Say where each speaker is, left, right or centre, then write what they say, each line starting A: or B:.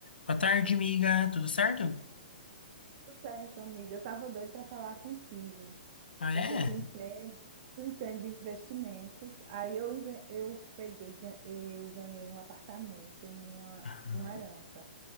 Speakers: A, on the left (about 75°); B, on the right (about 45°).
A: Boa tarde, amiga. Tudo certo?
B: Tudo certo, amiga. Eu estava doida para falar contigo,
A: Ah,
B: porque
A: é?
B: tu entende, tu entende de investimentos. Aí eu, inve- eu peguei, gan- eu ganhei um apartamento numa,
A: Aham.
B: numa herança.